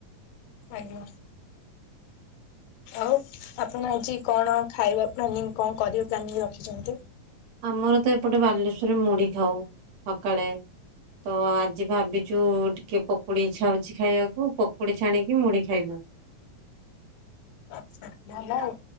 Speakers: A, on the left; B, on the right.
A: ଆଜ୍ଞା! ଆଉ ଆପଣ ଆଜି କଣ ଖାଇବା ପ୍ଲାନିଂ କଣ କରିବେ ପ୍ଲାନିଂ ରଖିଛନ୍ତି।
B: ଆମର ତ ଏପଟେ ବାଲେଶ୍ଵରରେ ମୁଢି ଖାଉ। ସକାଳେ ତ ଆଜି ଭାବିଛୁ ଟିକେ ପକୁଡି ଇଚ୍ଛା ହଉଛି। ଖାଇବାକୁ ପକୁଡି ଛାଣିକି ମୁଢି ଖାଇବୁ।
A: ଆଛା! ଭଲ ଆଉ